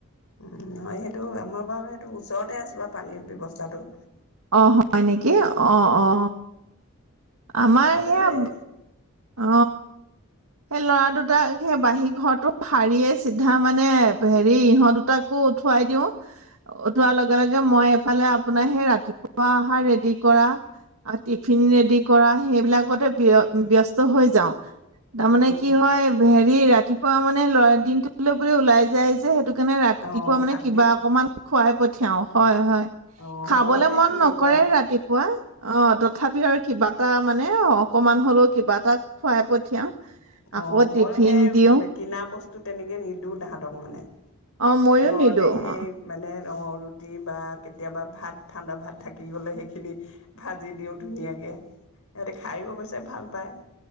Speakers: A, on the left; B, on the right.
A: উ নহয় সেইটো আমাৰ বাৰু এইেইটো ওচৰতে আছোঁ বা পানীৰ ব্যৱস্থাটো।
B: অ হয় নেকি অ অ অ। আমাৰ
A: তথাপিতো
B: সেয়া,
A: সেই
B: অ সেই লৰা দুটাক সেই বাহী ঘৰটো সাৰিয়ে চিধা মানে হেৰি ইহঁত দুটাকো উঠোৱাই দিও উঠোৱাৰ লগে লগে মই এইফালে আপোনাৰ সেই ৰাতিপুৱা অহাৰ ৰেডি কৰা টিফিন ৰেডি কৰা সেইবিলাকতে ব্যস্ত হৈ যাওঁ তাৰমানে
A: উম
B: কি হয় হেৰি ৰাতি ৰাতিপুৱা মানে লৰা দিনটো বোলে ওলাই যায় যে সেইটো কাৰণে ৰাতিপুৱা
A: অ'
B: মানে
A: ভালকে
B: কিবা অকমান খুৱাই পঠিয়াও হয় হয়
A: অ'
B: খাবলে
A: ময়ো সেই
B: মন
A: তেনেকুৱাই।
B: নকৰে ৰাতিপুৱা অ তথাপি আৰু কিবা এটা মানে অ অকমান হ'লেও কিবা তাক খোৱাই পঠিয়াও।
A: অ
B: আকৌ
A: মইো
B: টিফিন
A: সেই
B: দিওঁ
A: কিনা বস্তু তো তেনেকে নিদওঁ তাহাঁতক মানে।
B: অ ময়ো
A: ঘৰতে
B: নিদো
A: সেই
B: অ।
A: মানে অ ৰুটি বা কেতিয়াবা ভাত ঠাণ্ডা ভাত থাকি গলে সেইখিনি ভাজি দিও ধুনীয়াকে সিহঁতে খাইও অৱশ্যে ভাল পায়।